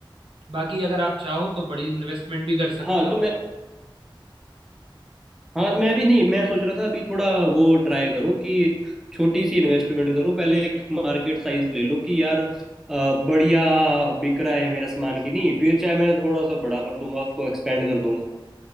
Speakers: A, on the right (about 85°); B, in the centre.
A: बाकी अगर आप चाहो तो बड़ी इन्वेस्टमेंट भी कर सकते
B: हाँ
A: हो
B: तो मैं हाँ मैं भी नहीं मैं सोच रहा था अभी थोड़ा वो ट्राई करूं कि छोटी सी इन्वेस्टमेंट करूं पहले एक मार्केट साइज ले लूं कि यार अ, बढ़िया बिक रहा है मेरा सामान कि नहीं फिर चाहे मैं थोड़ा सा बड़ा कर दूंगा उसको एक्सपेंड कर दूंगा